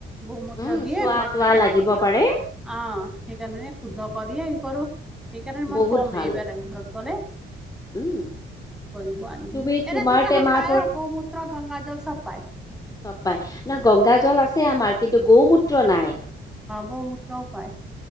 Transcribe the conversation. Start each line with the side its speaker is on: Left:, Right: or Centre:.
Centre: গোমূত্ৰ
Left: উম
Centre: দি
Left: চোৱা
Centre: ঘৰ
Left: তোৱা
Centre: পেইলাক
Left: লাগিব পাৰে
Centre: অ সেইকাৰণে শুদ্ধ কৰি কৰো সেইকাৰণে মই
Left: বহুত
Centre: ক'ম
Left: ভাল
Centre: এইবাৰ ঘৰত গ'লে
Left: উম
Centre: কৰিব আনিম
Left: তুমি
Centre: এনে
Left: তোমাৰ
Centre: দোকানত
Left: টেমাৰ
Centre: পায় অ গৌমুএ গংগাজল চব পায়
Left: চন পাই ন গংগাজল আছে আমাৰ কিন্তু গৌমূত্ৰ নাই
Centre: গৌমূত্ৰও পায়